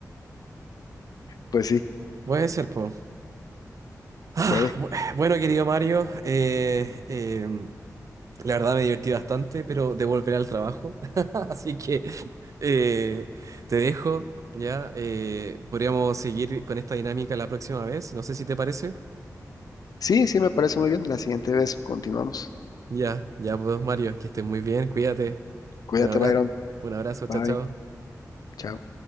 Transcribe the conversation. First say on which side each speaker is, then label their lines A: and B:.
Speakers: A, on the left (about 80°); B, on the right (about 60°).
A: Pues sí,
B: Puede ser, po. Ah,
A: puede.
B: bu- bueno, querido Mario, eh, em, La verdad me divertí bastante, pero devolveré al trabajo. <laughs> Así que eh, te dejo, ¿ya? Eh, podríamos seguir con esta dinámica la próxima vez. No sé si te parece.
A: Sí, sí, me parece muy bien. La siguiente vez continuamos.
B: Ya, ya pues Mario, que estés muy bien, cuídate.
A: Cuídate,
B: Un abrazo,
A: Byron.
B: un abrazo, chao,
A: Bye.
B: chao.
A: Chao.